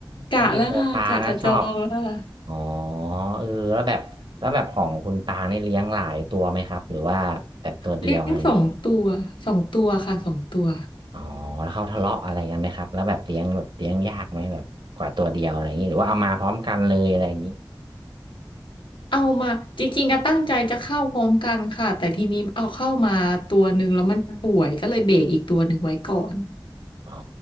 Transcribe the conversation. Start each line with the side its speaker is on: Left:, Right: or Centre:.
Left: กะแล้วค่ะกะจะจองแล้วค่ะ
Right: เก้าอี้โซฟานะชอบอ๋อเออแล้วแบบแล้วแบบของคุณปางนี่เลี้ยงหลายตัวไหมครับหรือว่าแบบตัวเดียวอะไรอย่างงี้
Left: เลี้ยงสองตัวสองตัวค่ะสองตัว
Right: อ๋อแล้วเขาทะเลาะอะไรกันไหมครับแล้วแบบเลี้ยงแบบเลี้ยงยากไหมแบบกว่าตัวเดียวอะไรอย่างนี้หรือว่าเอามาพร้อมกันเลยอะไรอย่างนี้
Left: เอามาจริงๆก็ตั้งใจจะเข้าพร้อมกันค่ะแต่ทีนี้เอาเข้ามาตัวหนึ่งแล้วมันป่วยก็เลยเบรกอีกตัวหนึ่งไว้ก่อน
Right: อ๋อ